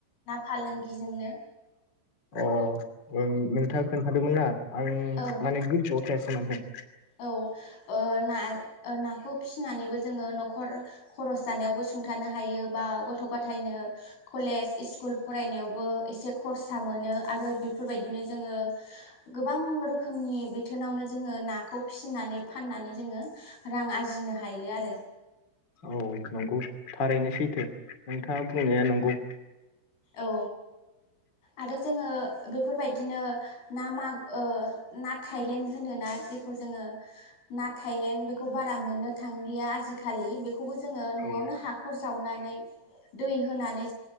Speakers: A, on the left; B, on the left.
A: फालांगिजोंनो
B: अ ओं नोंथाङा खोन्थादोंमोन ना आं
A: औ
B: माने गोसोआव थायासै माने
A: औ ओ ना नाखौ फिनानैबो जोङो न'खर खरस जानायावबो सुंथानो हायो बा गथ' गथायनो कलेज इस्कुल फरायनायावबो एसे खरसा मोनो आरो बेफोरबायदिनो जोङो गोबां रोखोमनि बिथोनावनो जोङो नाखौ फिसिनानै फाननानै जोङो रां आरजिनो हायो आरो।
B: औ नंगौ थारैनो सैथो नोंथाङा बुंनाया नंगौ।
A: औ आरो जोङो बेफोरबायदिनो ना माग ओ ना थाइलेण्ड होनो ना जोङो ना थाइलेण्ड बेखौ बारा मोननो थांलिया आजि खालि। खौ जोङो न'आवनो
B: औ
A: हाख'र जावनानै दै होनानै